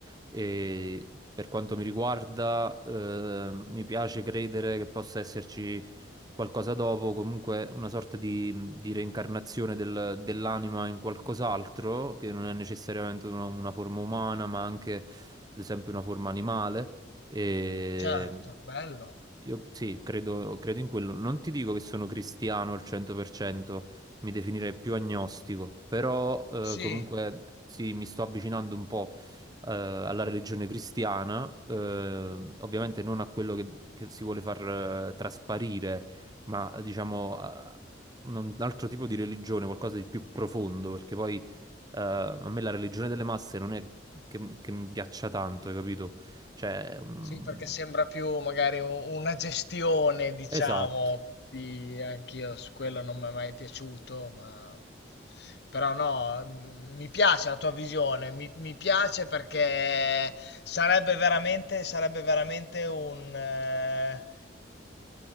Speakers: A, on the right; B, on the left.
A: E per quanto mi riguarda, eh, mi piace credere che possa esserci qualcosa dopo, comunque una sorta di, di reincarnazione del- dell'anima in qualcos'altro, che non è necessariamente una una forma umana, ma anche, ad esempio, una forma animale. E
B: certo, bello.
A: io sì, credo, credo in quello. Non ti dico che sono cristiano al 100%, mi definirei più agnostico, però eh,
B: Sì.
A: comunque sì, mi sto avvicinando un po' eh, alla religione cristiana, eh, ovviamente non a quello che, che si vuole far eh, trasparire, ma diciamo a un un altro tipo di religione, qualcosa di più profondo, perché poi eh, a me la religione delle masse non è che, che mi piaccia tanto, hai capito? Cioè, mm,
B: Sì, perché sembra più magari u- una gestione, diciamo,
A: esatto,
B: di- anch'io su quello non mi è mai piaciuto, ma però no, m- mi piace la tua visione, mi, mi piace perché sarebbe veramente, sarebbe veramente un, eh,